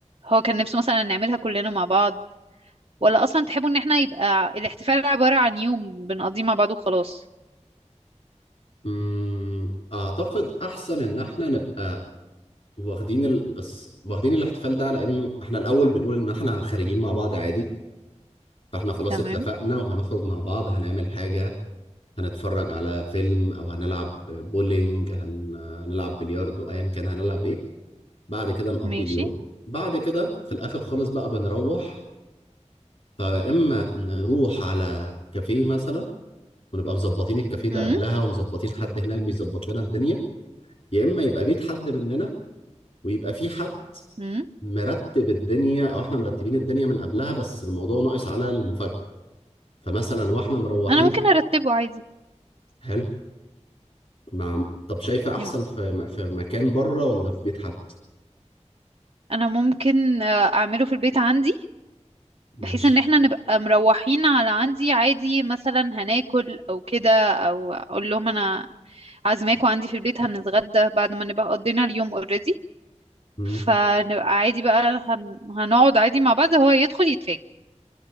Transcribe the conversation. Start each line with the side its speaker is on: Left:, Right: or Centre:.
Right: هو كان نفسه مثلا نعملها كلنا مع بعض ولا أصلا تحبوا إن احنا يبقى الاحتفال عبارة عن يوم بنقضيه مع بعض وخلاص
Left: مم. اعتقد احسن ان احنا نبقى واخدين ال... بس واخدين الاحتفال ده على انه احنا الاول بنقول ان احنا خارجين مع بعض عادي فاحنا خلاص
Right: تمام
Left: اتفقنا وهنخرج مع بعض هنعمل حاجة هنتفرج على فيلم او هنلعب بولينج هن... هنلعب بلياردو ايا كان هنلعب ايه بعد كده نقضي
Right: ماشي
Left: اليوم بعد كده في الآخر خالص بقى بنروح فيا إما نروح على كافيه مثلا ونبقى مظبطين الكافيه ده
Right: امم
Left: قبلها ومظبطين حد هناك بيظبط لنا الدنيا يا إما يبقى بيت حد مننا ويبقى في حد
Right: امم
Left: مرتب الدنيا أو إحنا مرتبين الدنيا من قبلها بس الموضوع ناقص على المفاجأة فمثلا وإحنا مروحين
Right: أنا ممكن أرتبه عادي
Left: حلو مع طب شايفة أحسن
Right: يم-
Left: في في مكان بره ولا في بيت حد؟
Right: أنا ممكن آه، أعمله في البيت عندي
Left: ماشي
Right: بحيث ان احنا نبقى مروحين على عندي عادي مثلا هناكل او كده او اقول لهم انا عازماكوا عندي في البيت هنتغدى بعد ما نبقى قضينا اليوم اوريدي
Left: مم.
Right: فنبقى عادي بقى هن... هنقعد عادي مع بعض هو يدخل يتفاجئ